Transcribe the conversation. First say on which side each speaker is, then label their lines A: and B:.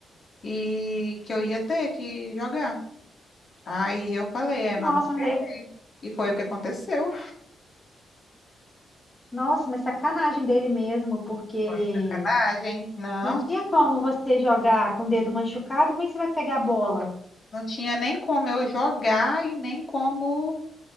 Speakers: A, on the left; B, on the left.
A: e que eu ia ter que jogar. Aí eu falei, é,
B: Nossa,
A: nós vamos
B: mas
A: perder.
B: aí
A: E foi o que aconteceu.
B: Nossa, mas sacanagem dele mesmo, porque
A: Foi sacanagem. Não.
B: não tinha como você jogar com o dedo machucado, como é que você vai pegar a bola?
A: Não tinha nem como eu jogar e nem como